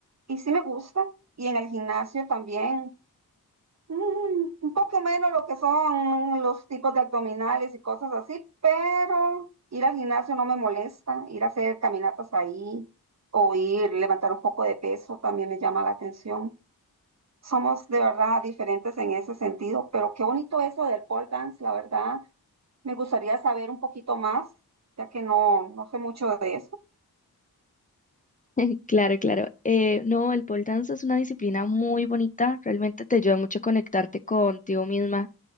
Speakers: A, on the right; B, on the left.
A: y sí me gusta. Y en el gimnasio también. Mm, un poco menos lo que son los tipos de abdominales y cosas así, pero ir al gimnasio no me molesta, ir a hacer caminatas ahí o ir levantar un poco de peso también me llama la atención. Somos de verdad diferentes en ese sentido, pero qué bonito eso del pole dance, la verdad. Me gustaría saber un poquito más, ya que no, no sé mucho de eso. <laughs>
B: <laughs> Claro, claro. Eh, no, el pole dance es una disciplina muy bonita, realmente te ayuda mucho a conectarte contigo misma,